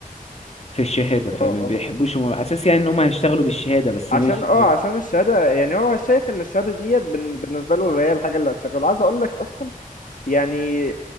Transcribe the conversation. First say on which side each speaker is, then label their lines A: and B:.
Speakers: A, on the left; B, on the left.
A: في الشهادة فما
B: اه
A: بيحبوش هم على أساس يعني إن هم هيشتغلوا بالشهادة بس
B: عشان
A: ماشي
B: اه
A: فاهم
B: عشان الشهاده يعني هو شايف ان الشهاده ديت بن- بالنسبه له هي الحاجه اللي هتشغله عايز اقول لك اصلا يعني